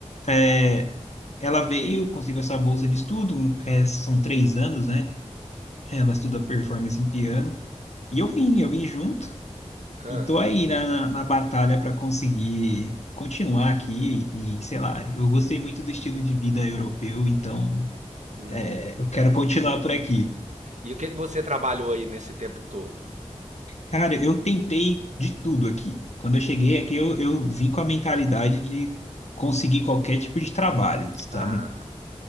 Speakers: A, on the left; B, on the right.
A: é, ela veio, conseguiu essa bolsa de estudo, um, é, são três anos, né? Ela estuda performance em piano. E eu vim, eu vim junto.
B: Ah,
A: E tô aí na, na, na batalha para conseguir continuar aqui e, sei lá, eu gostei muito do estilo de vida europeu, então
B: hum.
A: é, eu quero continuar por aqui.
B: E o que que você trabalhou aí nesse tempo todo?
A: Cara, eu tentei de tudo aqui. Quando eu cheguei aqui, eu, eu vim com a mentalidade de conseguir qualquer tipo de trabalho,
B: Ah,
A: sabe?